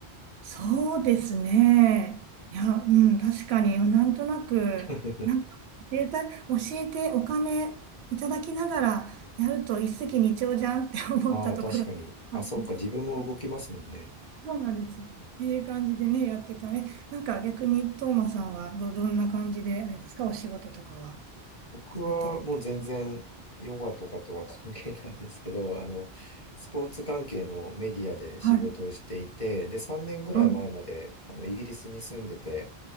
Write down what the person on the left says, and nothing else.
<laughs>
ああ、確かに。あ、そっか、自分も動きますもんね。
僕はもう全然ヨガとかとは関係ないんですけど、
あの、スポーツ関係のメディアで仕事をしていて、
で、3年ぐらい前まであのイギリスに住んでて、